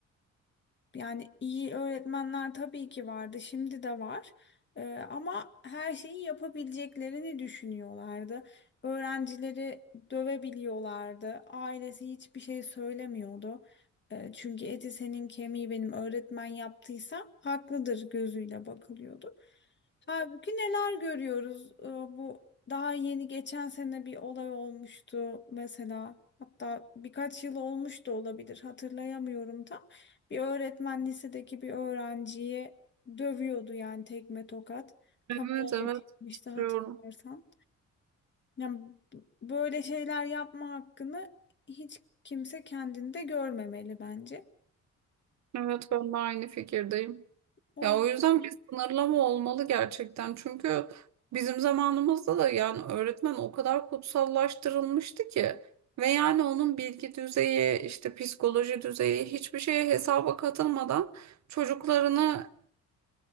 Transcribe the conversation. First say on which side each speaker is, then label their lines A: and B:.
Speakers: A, on the left (about 35°); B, on the right (about 65°).
A: Yani iyi öğretmenler tabii ki vardı, şimdi de var. Ee, ama her şeyi yapabileceklerini düşünüyorlardı. Öğrencileri dövebiliyorlardı. Ailesi hiçbir şey söylemiyordu. Ee, çünkü eti senin kemiği benim öğretmen yaptıysa haklıdır gözüyle bakılıyordu. Halbuki neler görüyoruz? Ee, bu daha yeni geçen sene bir olay olmuştu mesela. Hatta birkaç yıl olmuş da olabilir hatırlayamıyorum tam. Bir öğretmen lisedeki bir öğrenciyi dövüyordu yani tekme tokat. Kameraya
B: Evet evet
A: çıkmıştı
B: katılıyorum.
A: hatırlarsan. Yani b- böyle şeyler yapma hakkını hiç kimse kendinde görmemeli bence.
B: Evet ben de aynı fikirdeyim.
A: O
B: Ya
A: yüzden
B: o yüzden bir sınırlama olmalı gerçekten. Çünkü bizim zamanımızda da yani öğretmen o kadar kutsallaştırılmıştı ki ve yani onun bilgi düzeyi, işte psikoloji düzeyi hiçbir şeye hesaba katılmadan çocuklarını